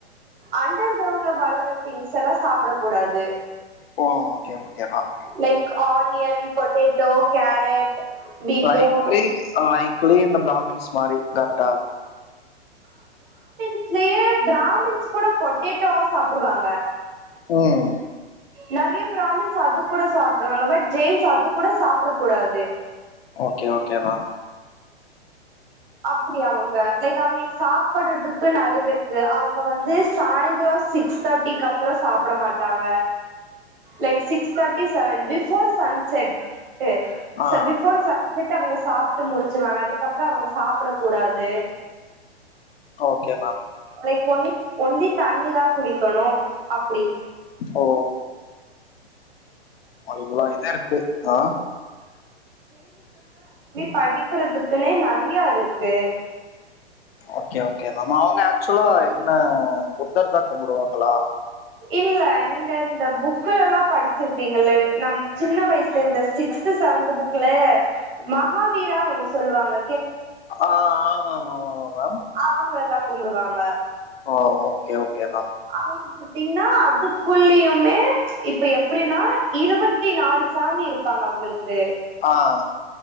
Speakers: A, on the right (about 55°); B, on the left (about 65°).
A: அண்டர் கிரவுண்ட்ல வளர திங்ஸ்ல்லாம் சாப்பிடக்கூடாது
B: ஓ okay okay ma'am
A: like onion potato carrot beetroot
B: likely likely இந்த ப்ராமின்ஸ் மாறி கரெக்டா
A: ல்லியே பிராமின்ஸ் கூட பொட்டே டோ சாப்பிடுவாங்க
B: ம்
A: நறைய பிராமின்ஸ் அது கூட சாப்பிடுவாங்க பட் ஜெயின்ஸ் அது கூட சாப்பிட கூடாது
B: ஓகே ஓகே தா
A: அப்பிடி அவுங்க லைக் அவுங்களுக்கு சாப்படுறதுக்கு நறையவே இருக்கு அவுங்க வந்து சாயந்திரம் சிக்ஸ் தேர்ட்டிக்கு அப்பறம் சாப்ட மாட்டாங்க like six thirty seven before sunset ட்டு
B: ஆ
A: ச பிஃபோர் சன் ட்டு அவுங்க சாப்ட்டு முடிச்சுடுவங்க அதுக்கப்பறம் அவுங்க சாப்பட கூடாது
B: okay ma'am
A: like only only தண்ணி தான் குடிக்கணும் அப்பிடி
B: ஓ அவ்ளோ இதுஇருக்கு ஆ
A: படிக்கறதுக்குன்னே நறையா இருக்கு
B: ஓகே அவுங்க ஆக்சுவலா என்ன ஒருத்தர் தான் கும்பிடுவாங்களா
A: இல்ல நீங்க இந்த புக் எல்லாம் படிச்சிருப்பீங்கல்ல நம் சின்ன வயசுல இந்த சிக்ஸ்து செவன்த் புக்ல மகாவீரான்னு ஒண்ணு சொல்லுவாங்க
B: ஆஹ் ஆமா ஆமா ஆமா மேம்
A: அவங்கதான் கும்பிடுவாங்க
B: ஓ ஓகே ஓகே மேம்
A: அவங்க பாத்தீங்கன்னா அதுக்குள்ளயுமே ச்சு இப்ப எப்படின்னா இருவத்தி நாலு சாமி இருப்பாங்க அவங்களுக்கு
B: ஆஹ்